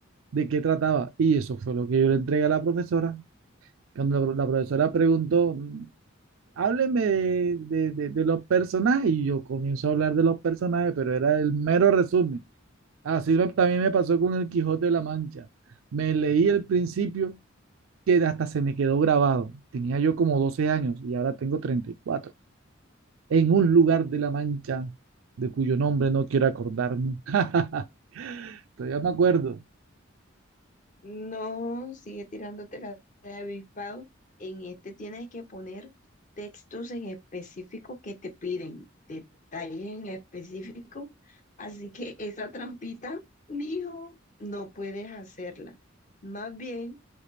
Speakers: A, on the right; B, on the left.
A: de qué trataba. Y eso fue lo que yo le entregué a la profesora. Cuando la, pro- la profesora preguntó, hábleme de, de- de- de los personajes, y yo comienzo a hablar de los personajes, pero era el mero resumen. Así me- también me pasó con el Quijote de la Mancha. Me leí el principio que hasta se me quedó grabado. Tenía yo como 12 años y ahora tengo treinta y cuatro en un lugar de La Mancha de cuyo nombre no quiero acordarme. <laughs> Todavía me acuerdo.
B: No, sigue tirándote la de avispado. En este tienes que poner textos en específico que te piden, detalles en específico. Así que esa trampita, mijo, no puedes hacerla. Más bien,